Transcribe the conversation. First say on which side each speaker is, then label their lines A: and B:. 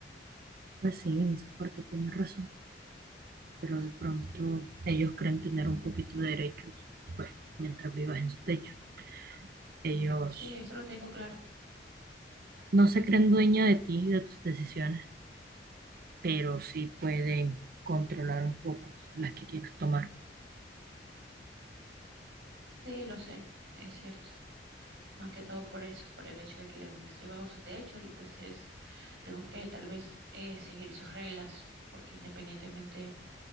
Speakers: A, on the right (about 55°); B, on the right (about 70°).
A: Pues sí, en esa parte tienes razón, pero de pronto ellos creen tener un poquito de derecho, pues mientras vivas en su techo. Ellos
B: Sí, eso lo tengo claro.
A: No se creen dueña de ti y de tus decisiones, pero sí pueden controlar un poco las que quieras tomar.
B: Sí, lo sé, es cierto. Más que todo por eso, por el hecho de que aún estoy bajo su techo y pues es, tengo que tal vez eh, seguir sus reglas, porque independientemente